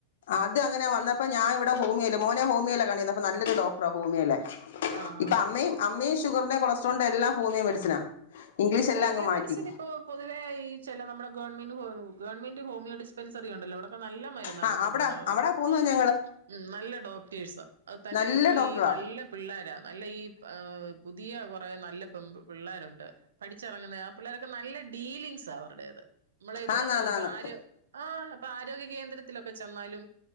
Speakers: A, on the left; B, on the right.
A: അത് അങ്ങനെ വന്നപ്പം ഞാൻ ഇവിടെ ഹോമിയോല് മോനെ ഹോമിയോയില കാണിക്കുന്നെ അപ്പം നല്ലൊരു ഡോക്റാ ഹോമിയോയിലെ
B: ആ ആ
A: ഇപ്പം അമ്മയും
B: ആ
A: അമ്മയും ഷുഗറിന്റെ കൊളസ്ട്രോളിന്റെ എല്ലാം ഹോമിയോ മെഡിസിനാ ഇംഗ്ലീഷ് എല്ലാം
B: ഹോമിയോ
A: അങ്ങ് മാറ്റി
B: മെഡിസിൻ ഇപ്പൊ പൊതുവെ ഈ ചെല ഈ നമ്മുടെ ഗവൺമെന്റ് ഹോ ഗവൺമെന്റ് ഹോമിയോ ഡിസ്പെൻസറി ഉണ്ടല്ലോ അവിടൊക്കെ നല്ല മരുന്നാ
A: ആ
B: കിട്ടുന്നേന്ന
A: അവിടാ
B: പറയുന്നെ
A: അവിടാ പോന്നത് ഞങ്ങള്
B: ഉം നല്ല ഡോക്ടേഴ്സാ അത് തന്നല്ല
A: നല്ല
B: ഇപ്പം
A: ഡോക്ടറാ
B: ഈ നല്ല പിള്ളോര നല്ല ഈ ആ പുതിയ കൊറേ നല്ല പെമ്പ് പിള്ളേരുണ്ട് പഠിച്ചെറങ്ങുന്നെ ആ പിള്ളേരൊക്കെ നല്ല ഡീലിങ്സാ അവരുടേത് നമ്മൾ എവിടെ
A: ആന്ന്
B: ചെന്ന്
A: ആന്ന്
B: ഇപ്പം
A: ആന്ന്
B: ആര് ആ ഇപ്പം ആരോഗ്യ കേന്ദ്രത്തിലൊക്കെ ചെന്നാലും